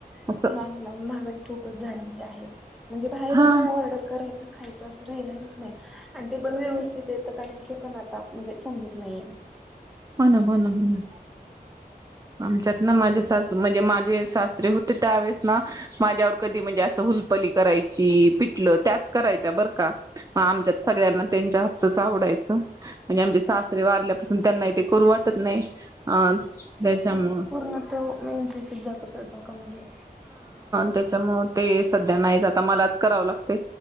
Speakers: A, on the right; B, in the centre.
A: असं
B: हो ना ना मागई खूपच झालेली आहे. म्हणजे बाहेरून
A: हा
B: काय ऑर्डर करायचं खायचं राहिला नाही आणि ते वेळ वर कुठे येत. ते पण आता म्हणजे समजत नाहीये.
A: हो ना हो ना हो ना आमच्यात ना माझे सास म्हणजे माझे सासरे होते त्यावेेळेस ना माझ्यावर कधी म्हणजे असं हुलपली करायची पिटलं त्याच करायच्या बरं का मग आमच्यात सगळ्यांना त्यांच्या हातच आवडायचं म्हणजे आमचे सासरे वारल्यापासून त्यांना इथ करू वाटत नाही अं त्यांच्यामुळ
B: ही नाही तर इंटरेस्ट जातोय स्वयंपाका मधला.
A: त्याच्यामुळेळ ते सध्या नाही जाता मलाच करावं लागतय